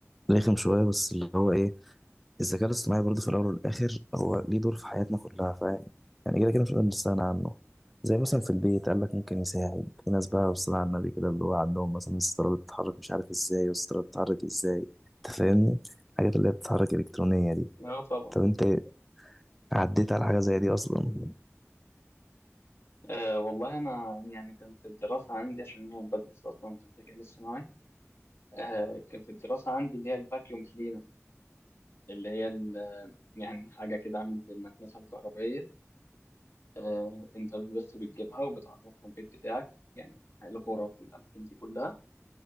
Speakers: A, in the centre; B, on the left.
A: رخم شوية بس اللي هو إيه الذكاء الاصطناعي برضه في الاول والاخر هو ليه دور في حياتنا كلها ف يعني كده كده مش هنقدر نستغنى عنه زي مثلا في البيت قال لك ممكن يساعد في ناس بقى والصلاة على النبي كده اللي هو عندهم مثلا الستارة اللي بتتحرك مش عارف ازاي والستارة بتتحرك ازاي انت فاهمني الحاجات اللي هي بتتحرك الكترونية دي
B: اه طبعا
A: طب انت عديت على حاجة زي دي اصلا
B: آه والله انا يعني كان في الدراسه عندي عشان انا بدرس اصلا في الذكاء الاصطناعي آه كان في الدراسة عندي اللي هي الفاكيوم كلينر اللي هي ال- يعني حاجة كده عاملة زي المكنسة الكهربائية آه أنت بس بتجيبها وبتعرفها البيت بتاعك يعني الغرف والأماكن دي كلها